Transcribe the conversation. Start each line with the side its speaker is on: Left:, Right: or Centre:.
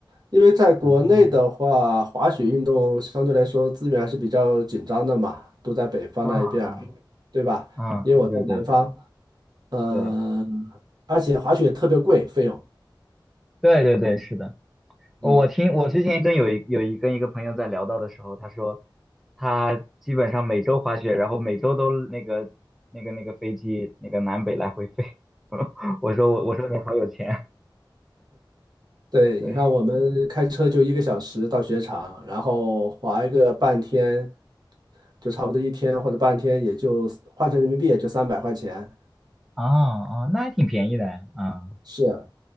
Right: 因为在国内的话，
Centre: 哦，
Right: 滑雪运动相对来说资源还是比较紧张的嘛，都在北方那一边儿
Centre: 啊啊
Right: 对吧？
Centre: 啊！
Right: 因为我在南方，
Centre: 对对对对
Right: 呃，
Centre: 对
Right: 而且滑雪特别贵，费用。
Centre: 对对对，是的。我听我之前跟有一有一跟一个朋友在聊到的时候，
Right: 嗯，
Centre: 他说他基本上每周滑雪，然后每周都那个那个那个飞机那个南北来回飞。<laughs> 我说我我说你好有钱，
Right: 对，
Centre: 对。
Right: 你看我们开车就一个小时到雪场，然后滑一个半天，就差不多一天或者半天，也就换成人民币也就三百块钱。
Centre: 哦哦，那还挺便宜的啊，
Right: 是啊，